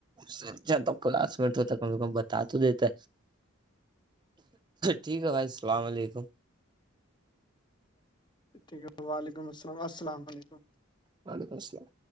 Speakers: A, on the right; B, on the left.
A: سچھا تو کلاس منٹ ہوتا کم سے کم بتا تو دیتا ٹھیک ہے بھائی السلام علیکم
B: ٹھیک ہے وعلیکم السلام السلام علیکم
A: وعلیکم السلام